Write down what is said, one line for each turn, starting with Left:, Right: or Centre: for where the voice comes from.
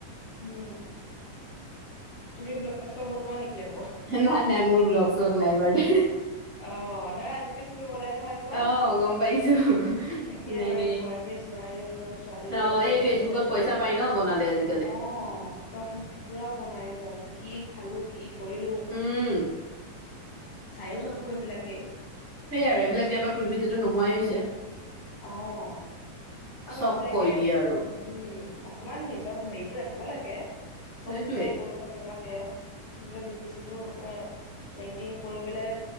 Left: উম' তুমি ব্লগ শ্লগ বনোৱা নেকি আ?
Right: নাই নাই মোৰ ব্লগ শ্লগ নাই বাৰু দে।
Left: অ নহয় আজিকালি চবে বনাই নহয়। কওঁ
Right: অ',
Left: ত,
Right: গম পাইছো
Left: একেবাৰে
Right: নাই নাই
Left: বোৱাৰীয়ে ছোৱাৰীয়ে, একদম ছোৱালী বিলাকে
Right: অ', এই
Left: ল'ৰা
Right: ফেচবুকত
Left: বিলাকে।
Right: পইচা পাই ন বনালে আজি
Left: অ একদম, পুৰা বনাই একদম, কি খালো কি কৰিলোঁ।
Right: উম।
Left: চাইয়ো থাকো সেইবিলাকে।
Right: সেইটোৱে আৰু এইবিলাক দিয়া পৰা প্ৰিভেচীটো নোহোৱাই হৈছে।
Left: অ আৰু
Right: চব
Left: মানুহ বিলাকে
Right: কৈ দিয়ে আৰু
Left: উম 'অকমান নিজৰ হেৰিটো ৰাখিব লাগে, চব
Right: সেইটোৱে
Left: তেনেকে কৰিব নালাগে। কিন্তু প্ৰিভেচীটো মানে মেইনটেইন কৰি পেলায়